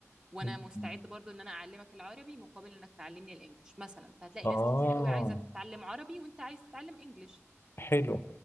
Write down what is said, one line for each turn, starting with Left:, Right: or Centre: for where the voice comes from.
Right: وانا
Left: مم.
Right: مستعد برضو ان انا اعلمك العربي مقابل انك تعلمني الانجليش مثلا فهتلاقي
Left: آه
Right: ناس كتير قوي عايزه تتعلم عربي وانت عايز تتعلم انجليش
Left: حلو